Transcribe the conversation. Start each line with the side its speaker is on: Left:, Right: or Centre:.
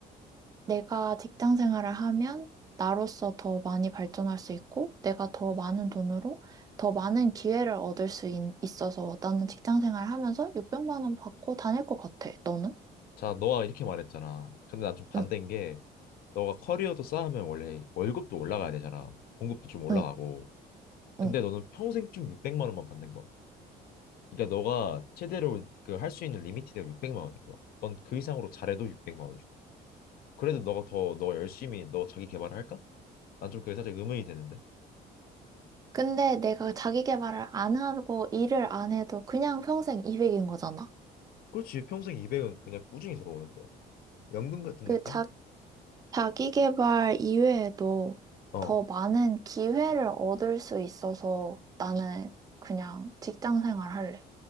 Right: 내가 직장 생활을 하면 나로서 더 많이 발전할 수 있고 내가 더 많은 돈으로 더 많은 기회를 얻을 수 있, 있어서 나는 직장 생활 하면서 600만 원 받고 다닐 것 같아. 너는?
Left: 자, 너가 이렇게 말했잖아. 근데 난 좀 반대인
Right: 응,
Left: 게, 너가 커리어도 쌓으면 원래 월급도 올라가야 되잖아. 봉급도 좀 올라가고.
Right: 응,
Left: 근데
Right: 응.
Left: 너는 평생 쭉 600만 원만 받는 거야. 그러니까 너가 최대로 그 할 수 있는 리미티드가 600만 원인 거야. 넌 그 이상으로 잘해도 600만 원 줘. 그래도 너가 더, 너 열심히 너 자기 개발을 할까? 난 좀 그게 살짝 의문이 되는데.
Right: 근데 내가 자기 개발을 안 하고 일을 안 해도 그냥 평생 200인 거잖아.
Left: 그렇지, 평생 200은 그냥 꾸준히 들어오는 거야. 연금 같은
Right: 그
Left: 느낌?
Right: 자, 자기계발 이외에도
Left: 어.
Right: 더 많은 기회를 얻을 수 있어서 나는 그냥 직장 생활 할래.